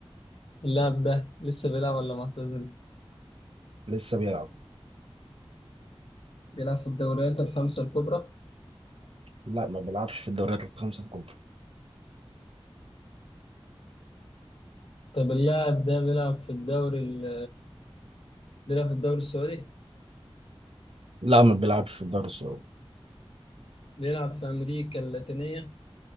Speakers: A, on the left; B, on the right.
A: اللاعب ده لسه بيلعب ولا معتزل؟
B: لسه بيلعب
A: بيلعب في الدوريات الخمسة الكبرى
B: لا ما بيلعبش في الدوريات الخمسة الكبرى
A: طب اللاعب ده بيلعب في الدوري ال... بيلعب في الدوري السعودي
B: لا ما بيلعبش في الدوري السعودي
A: بيلعب في أمريكا اللاتينية